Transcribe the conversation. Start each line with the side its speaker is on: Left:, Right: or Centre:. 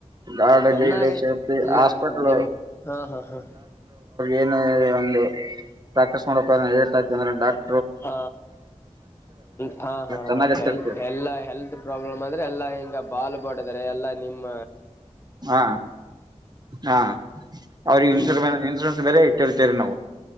Right: ಗಾರ್ಡ್
Left: ಚೆನ್ನಾಗೈತ್
Right: ಗೀರ್ಡ್ ಸೇಫ್ಟಿ
Left: ಇಲ್ಲ
Right: ಹಾಸ್ಪಿಟ್ಲ್
Left: ನಿಮ್ ಹಾ ಹಾ ಹಾ. <inaudible>
Right: ಏನು ಒಂದು ಪ್ರಾಕ್ಟೀಸ್ ಮಾಡಕ್ ಹೋದ್ನ್ಯ ಏಟ್ ಐತ್ ಅಂದ್ರೆ ಡಾಕ್
Left: ಹ ಹ ಹಾ
Right: ಚೆನ್ನಾಗಿ ಇಟ್ಟಿರ್ತೀವಿ
Left: ಹೆಲ್ತ್ ಎಲ್ಲ ಹೆಲ್ತ್ ಪ್ರಾಬ್ಲಮ್ ಅಂದ್ರೆ ಎಲ್ಲಾ ಹಿಂಗ ಬಾಲ್ ಬಡದ್ ಆದ್ರೆ ಎಲ್ಲಾ ನಿಮ್ಮ್
Right: ಹಾ ಹಾ ಅವ್ರಿಗೆ ಇನ್ಸುರ್
Left: ಹ್ಮ್
Right: ಬೇರ್ ಇನ್ಸೂರೆನ್ಸ್ ಬೇರೆ ಇಟ್ಟಿರ್ತೀರಿ ನಾವು.